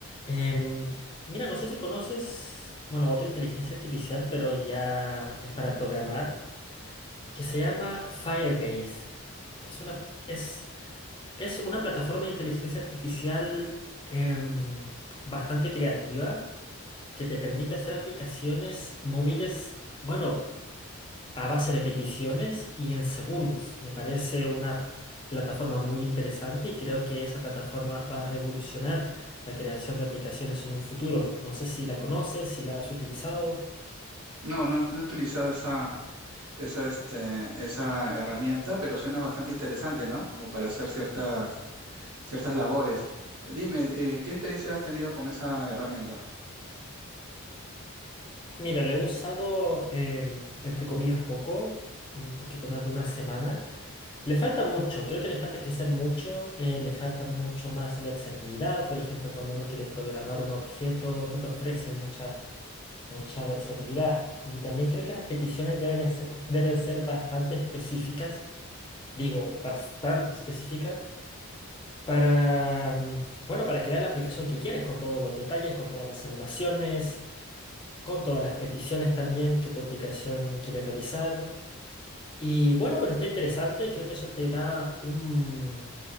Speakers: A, on the left; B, on the right.
A: Em, mira, no sé si conoces, bueno, otra inteligencia artificial, pero ya es para programar, que se llama Firebase. Es una, es, es una plataforma de inteligencia artificial em, bastante creativa que te permite hacer aplicaciones móviles, bueno, a base de peticiones y en segundos. Me parece una plataforma muy interesante y creo que esa plataforma va a revolucionar la creación de aplicaciones en un futuro. No sé si la conoces, si la has utilizado.
B: No, no, no he utilizado esa, esa, este, esa herramienta, pero suena bastante interesante, ¿no? Como para hacer ciertas ciertas labores. Dime, eh, ¿qué experiencia has tenido con esa herramienta?
A: Mira, la he usado, em, entre comillas, poco, un poquito más de una semana. Le falta mucho, creo que le falta crecer mucho, eh, le falta mucho más versatilidad. Por ejemplo, cuando uno quiere programar un objeto, no te ofrece mucha mucha versatilidad. Y también creo que las peticiones deben ser, deben ser bastante específicas, digo, bastante específicas, para, mm, bueno, para crear la aplicación que quieres, con todos los detalles, con todas las animaciones, con todas las peticiones también que tu aplicación quiere realizar. Y bueno, pero está interesante, creo que eso te da un,